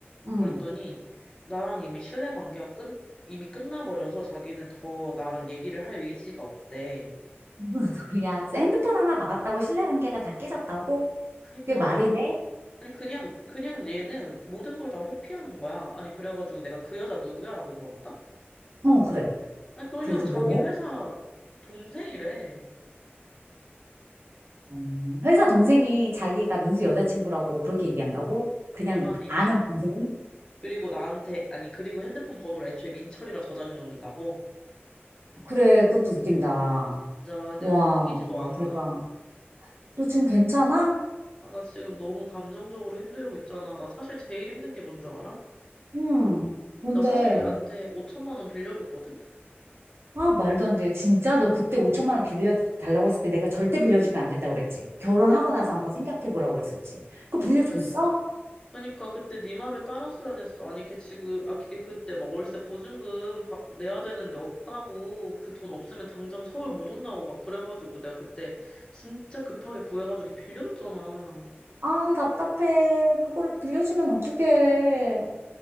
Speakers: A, on the right (about 70°); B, on the left (about 20°).
A: 응.
B: 그랬더니,
A: 무슨
B: 나랑 이미 신뢰 관계가 끝, 이미 끝나버려서 자기는 더 나랑 얘기를 할 의지가 없대.
A: <laughs> 소리야? 진짜 핸드폰 하나 받았다고 신뢰관계가 다 깨졌다고?
B: 그니까,
A: 그게 말이 돼?
B: 아니, 그냥, 그냥 얘는 모든 걸 다 회피하는 거야. 아니, 그래가지고 내가 그 여자 누구야? 라고 물어봤다?
A: 어, 그래.
B: 아니, 그냥
A: 그래서
B: 자기
A: 뭐래?
B: 회사 동생이래.
A: 음, 회사 동생이 자기가 민수 여자친구라고 그렇게 얘기한다고? 그냥
B: 네 마리.
A: 아는
B: <laughs>
A: 동생이?
B: 그리고 나한테, 아니, 그리고 핸드폰 번호를 애초에 민철이라 저장해 놓는다고?
A: 그래, 그것도 웃긴다.
B: 진짜 내가
A: 와,
B: 웃기지도 않아.
A: 대박. 너 지금 괜찮아?
B: 아, 나 지금 너무 감정적으로 힘들고 있잖아. 나 사실 제일 힘든 게 뭔 줄 알아?
A: 응. 뭔데?
B: 나 사실 얘한테 5천만 원 빌려줬거든?
A: 아, 말도 안 돼. 진짜? 너 그때 5천만 원 빌려 달라고 했을 때 내가 절대 빌려주면 안 된다고 그랬지. 결혼하고 나서 한번 생각해 보라고 그랬었지. 그거 빌려줬어?
B: 그러니까 그러니까 그때 네 말을 따랐어야 됐어. 아니 걔 지금 아 걔 그때 막 월세 보증금 바- 내야 되는데 없다고 그 돈 없으면 당장 서울 못 온다고 막 그래가지고 내가 그때 진짜 급하게 구해가지고 걔 빌려줬잖아.
A: 아, 답답해. 그거를 빌려주면 어떡해.